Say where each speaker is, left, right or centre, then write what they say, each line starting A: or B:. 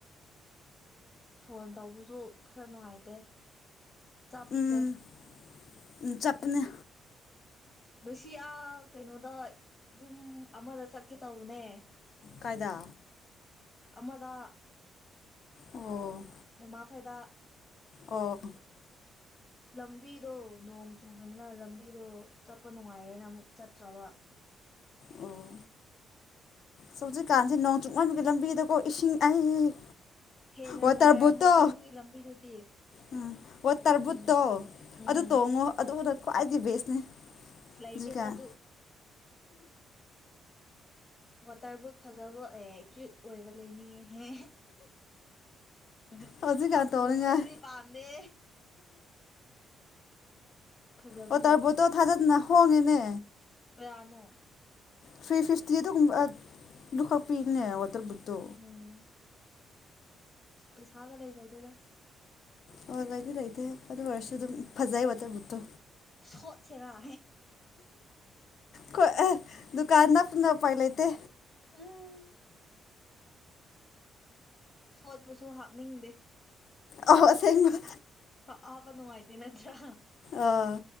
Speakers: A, on the left; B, on the left.
A: ꯐꯣꯟ ꯇꯧꯕꯁꯨ ꯈꯔ ꯅꯨꯡꯉꯥꯏꯇꯦ ꯆꯞꯄꯦ
B: ꯎꯝ ꯎꯝ ꯆꯞꯄꯅꯦ
A: ꯉꯁꯤ ꯑꯥ ꯀꯩꯅꯣꯗ ꯌꯨꯝ ꯑꯃꯗ ꯆꯠꯀꯦ ꯇꯧꯕꯅꯦ
B: ꯀꯥꯏꯗ
A: ꯑꯃꯗ
B: ꯑꯣ
A: ꯃꯃꯥ ꯈꯣꯏꯗ
B: ꯑꯣ
A: ꯂꯝꯕꯤꯗꯣ ꯅꯣꯡ ꯆꯨꯕꯅꯤꯅ ꯂꯝꯕꯤꯗꯣ ꯆꯠꯄ ꯅꯨꯡꯉꯥꯏꯔꯣꯏꯅ ꯑꯃꯨꯛ ꯆꯠꯇ꯭ꯔꯕ
B: ꯑꯣ ꯍꯧꯖꯤꯛꯀꯥꯟꯁꯦ ꯅꯣꯡ <unintelligible> ꯂꯝꯕꯤꯗꯀꯣ ꯏꯁꯤꯡ ꯑꯩ
A: ꯍꯦꯟꯅ
B: ꯋꯥꯇꯔꯕꯨꯠꯇꯣ
A: ꯅꯨꯡꯉꯥꯏꯔꯝꯃꯔꯣꯏ ꯑꯗꯨꯒꯤ ꯂꯝꯕꯤꯗꯨꯗꯤ
B: ꯎꯝ ꯋꯥꯠꯇꯔꯕꯨꯠꯇꯣ
A: ꯎꯝ ꯎꯝ
B: ꯑꯗꯨ ꯇꯣꯡꯉꯣ ꯑꯗꯨꯗ ꯈ꯭ꯋꯥꯏꯒꯤ ꯕꯦꯁꯅꯤ
A: ꯑꯁ ꯂꯩꯇꯦꯗ
B: ꯍꯧꯖꯤꯛꯀꯥꯟ
A: ꯑꯗꯨ ꯋꯥꯇꯔꯕꯨꯠ ꯐꯖꯕ ꯑꯦ ꯀ꯭ꯌꯨꯠ ꯑꯣꯏꯕ ꯂꯩꯅꯤꯡꯉꯦꯍꯦ ꯕꯨꯠ
B: ꯍꯧꯖꯤꯛꯀꯥꯟ
A: ꯑꯃꯨꯕꯗꯨꯗꯤ
B: ꯇꯧꯅꯤꯡꯉꯥꯏ
A: ꯄꯥꯝꯗꯦ ꯐꯖꯕꯗꯣ
B: ꯋꯥꯇꯔꯕꯣꯠꯇꯣ ꯊꯥꯖꯗꯅ ꯍꯣꯡꯉꯦꯅꯦ
A: ꯀꯌꯥꯅꯣ
B: ꯊ꯭ꯔꯤ ꯐꯤꯐꯇꯤꯗ ꯒꯨꯝ ꯗꯨ ꯈꯛꯄꯤꯕꯅꯦ ꯋꯥꯇꯔꯕꯨꯠꯇꯣ
A: ꯎꯝ ꯄꯩꯁꯥꯒ ꯂꯩꯖꯗꯦꯗ
B: ꯑꯣ ꯂꯩꯗꯤ ꯂꯩꯇꯦ ꯑꯗꯨ ꯑꯣꯏꯔꯁꯨ ꯑꯗꯨꯝ ꯐꯖꯩ ꯋꯥꯇꯔ ꯕꯨꯠꯇꯣ
A: ꯁꯣꯠꯁꯦꯔꯥ
B: ꯈꯣꯏ ꯑꯦ ꯗꯨꯀꯥꯟ ꯅꯛꯄꯅ ꯎꯄꯥꯏ ꯂꯩꯇꯦ
A: ꯎꯝ ꯁꯣꯠꯄꯁꯨ ꯍꯥꯞꯅꯤꯡꯗꯦ
B: ꯑꯣ ꯑꯁꯦꯡꯕ
A: ꯍꯥꯞꯄ ꯅꯨꯡꯉꯥꯏꯇꯦ ꯅꯠꯇ꯭ꯔꯥ
B: ꯑꯥ